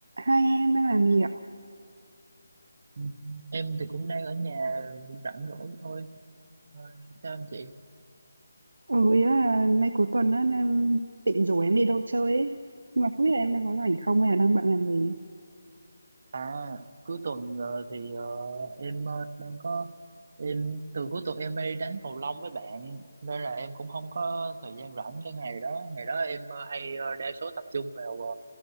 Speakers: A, on the right; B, on the right.
A: Hai em đang làm gì ạ?
B: Ừ, Em thì cũng đang ở nhà rảnh rỗi thôi. Ờ, Sao em chị?
A: Ừ, ý là mấy cuối tuần á, em định rủ em đi đâu chơi ấy. Nhưng mà không biết là em đang có rảnh không hay là đang bận làm gì.
B: À, cuối tuần ờ, thì ờ, em ờ, đang có em từ cuối tuần em đi đánh cầu lông với bạn nên là em cũng không có thời gian rảnh cái ngày đó. Ngày đó em ờ, hay ờ, đa số tập trung vào ờ,